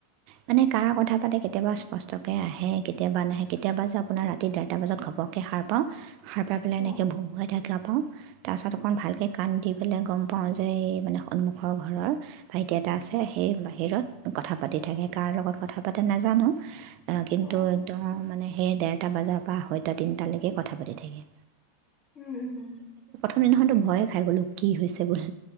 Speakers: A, on the right (about 45°); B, on the left (about 30°).
A: মানে কাৰ কথা পাতে, কেতিয়াবা স্পষ্টকৈ আহে, কেতিয়াবা নাহে। কেতিয়াবা যে আপোনাৰ ৰাতি ডেৰটা বজাত ঘপহকে সাৰ পাওঁ। সাৰ পাই পেলায়,
B: অ
A: এনেকে
B: উম
A: ভো-ভোৱাই থাকা পাওঁ, তাপাছত অকণ ভালকে কাণ দি পেলাই গম পাওঁ যে, এই, মানে সন্মুখৰ ঘৰৰ ভাইটি এটা আছে, সেই বাহিৰত কথা পাতি। থাকে, কাৰ লগত কথা পাতে নাজানোঁ। আ, কিন্তু
B: অ উম
A: একদম মানে সেই ডেৰ এটা বজাৰ পৰা আঢ়ৈটা, তিনিটালেকে কথা পাতি থাকে।
B: উম, উম, উম।
A: সেইদিনাসনটো ভয়ে খাই গ'লো, কি হৈছে বুল